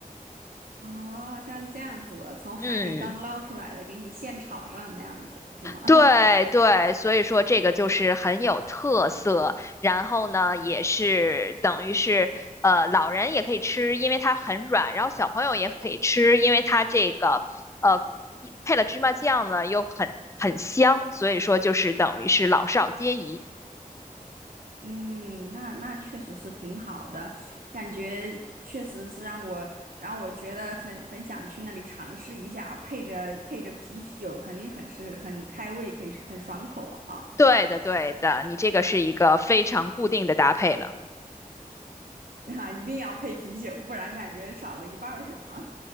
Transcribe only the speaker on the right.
哦，像这样子的，从海里刚捞出来的，
给你现炒上那样子是吗？<laughs>
嗯，那那确实是挺好的，感觉确实是让我让我觉得很很想去那里尝试一下，配着配着啤酒，肯定很是很开胃，可以很爽口啊！
<laughs> 啊，一定要配啤酒，不然感觉少了一半儿什么。